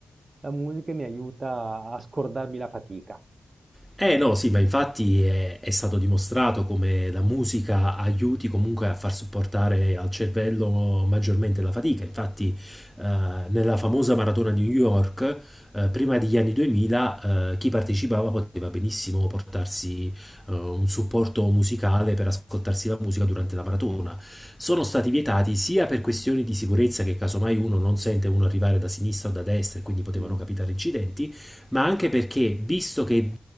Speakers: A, on the right (about 45°); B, in the centre.
A: la musica mi aiuta a scordarmi la fatica.
B: Eh no, sì, ma infatti è, è stato dimostrato come la musica aiuti comunque a far supportare al cervello maggiormente la fatica. Infatti, eh, nella famosa maratona di New York, eh, prima degli anni 2000, eh, chi partecipava poteva benissimo portarsi eh, un supporto musicale per ascoltarsi la musica durante la maratona. Sono stati vietati sia per questioni di sicurezza che casomai uno non sente uno arrivare da sinistra o da destra e quindi potevano
A: Mm.
B: capitare incidenti ma anche perché, visto che